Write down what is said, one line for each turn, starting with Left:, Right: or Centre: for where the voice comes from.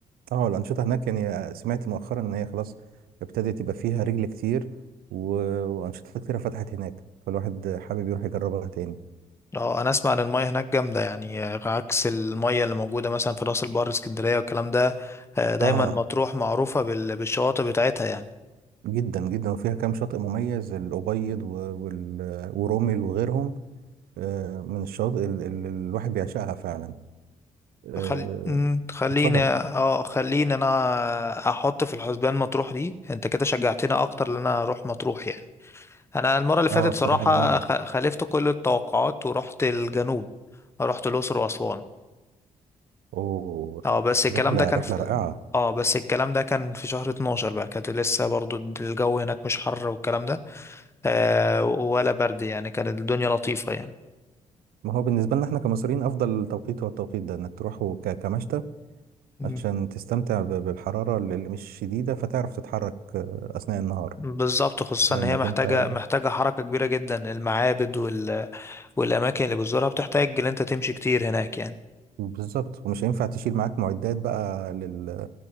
Right: اه الأنشطة هناك يعني آه، سمعت مؤخرا إن هي خلاص ابتدت يبقى فيها رجل كتير و- وأنشطة كتيرة فتحت هناك فالواحد حابب يروح يجربها تاني
Left: اه انا اسمع ان المية هناك جامدة يعني آه، عكس المية اللي موجودة مثلا في راس البر اسكندرية والكلام ده آه، دايما
Right: اه
Left: مطروح معروفة بال- بالشواطئ بتاعتها يعني
Right: جدا جدا وفيها كام شاطئ مميز الأبيض و- وال- ورمل وغيرهم آه، من الشاطئ اللي اللي الواحد بيعشقها فعلا آه،
Left: خل... مم، خليني
Right: اتفضل
Left: اه خليني انا احط في الحسبان مطروح دي انت كده شجعتني اكتر ان انا اروح مطروح يعني انا المره اللي فاتت
Right: اه بصراحة
Left: صراحه
Right: جميلة
Left: خ... خالفت كل التوقعات ورحت الجنوب رحت الاقصر واسوان
Right: اوه
Left: اه بس الكلام
Right: الرحلة
Left: ده كان
Right: رحلة
Left: في...
Right: رائعة
Left: اه بس الكلام ده كان في شهر 12 بقى كانت لسه برضو الجو هناك مش حر والكلام ده آه ولا برد يعني كانت الدنيا لطيفه يعني
Right: ما هو بالنسبة لنا احنا كمصريين أفضل توقيت هو التوقيت ده إنك تروحه ك- كمشتى
Left: مم.
Right: عشان تستمتع ب- بالحرارة اللي اللي مش شديدة فتعرف تتحرك آه، أثناء النهار
Left: بالظبط خصوصا
Right: لأنك
Left: ان هي محتاجه
Right: أنت
Left: محتاجه حركه كبيره جدا المعابد وال والأماكن اللي بتزورها بتحتاج إن أنت تمشي كتير هناك يعني
Right: بالظبط ومش هينفع تشيل معاك معدات بقى لل...